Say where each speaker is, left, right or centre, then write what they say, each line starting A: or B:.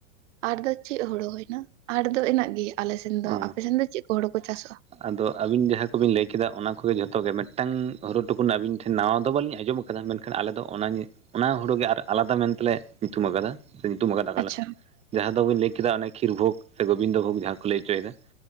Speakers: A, on the right; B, on the right.
A: ᱟᱨ ᱫᱚ ᱪᱮᱫ ᱦᱩᱲᱩ ᱦᱩᱭᱱᱟ ᱟᱨ ᱫᱚ ᱤᱱᱟᱹᱜ ᱜᱮᱭᱟ᱾ ᱟᱞᱮᱥᱮᱱ ᱫᱚ,
B: ᱚ
A: ᱟᱯᱮᱥᱮᱱ ᱫᱚ ᱪᱮᱜ ᱠᱚ ᱦᱳᱲᱳ ᱠᱚ ᱪᱟᱥᱚᱜᱼᱟ?
B: ᱟᱫᱚ ᱟᱹᱵᱤᱱ ᱡᱟᱦᱟᱸ ᱠᱚᱵᱤᱱ ᱞᱟᱹᱭ ᱠᱮᱫᱟ ᱚᱱᱟ ᱠᱚᱜᱮ ᱡᱷᱚᱛᱚ, ᱜᱮ ᱢᱮᱴᱟᱝ ᱦᱳᱨᱳ ᱴᱩᱠᱩᱱ ᱟᱹᱵᱤᱱ ᱴᱷᱮᱱ ᱱᱟᱣᱟ ᱫᱚ ᱵᱟᱹᱞᱤᱧ ᱟᱸᱡᱚᱢ ᱟᱫᱟ ᱢᱮᱱᱠᱷᱟᱱ ᱟᱞᱮ ᱫᱚ ᱚᱱᱟ, ᱚᱱᱟ ᱦᱳᱲᱳ ᱜᱮ ᱟᱨ ᱟᱞᱟᱫᱟ ᱢᱮᱱᱛᱮᱞᱮ ᱧᱩᱛᱷᱩᱢ ᱟᱠᱟᱫᱟ ᱥᱮ ᱧᱩᱛᱩᱧ ᱟᱠᱟᱫᱟᱠᱟᱞᱮ᱾
A: ᱟᱪᱪᱷᱟ
B: ᱡᱟᱦᱟᱸ ᱫᱚᱵᱤᱱ ᱞᱟᱹᱭ ᱠᱮᱫᱟ ᱚᱱᱮ ᱠᱷᱤᱨ ᱵᱷᱳᱜᱽ ᱥᱮ ᱜᱳᱵᱤᱱᱫᱚ ᱵᱷᱳᱜᱽ ᱡᱟᱦᱟᱸ ᱠᱚ ᱞᱟᱹᱭ ᱦᱚᱪᱚᱭᱮᱫᱟ